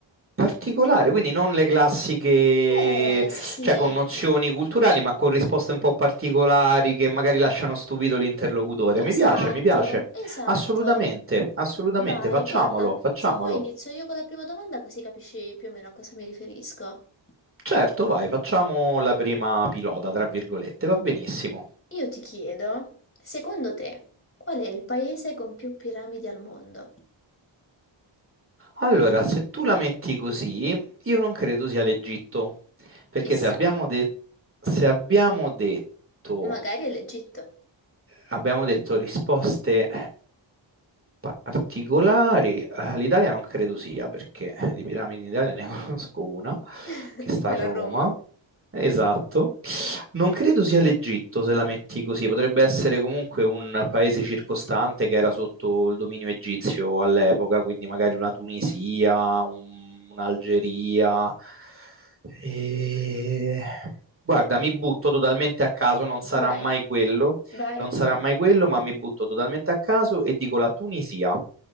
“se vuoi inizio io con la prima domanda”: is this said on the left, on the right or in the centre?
Left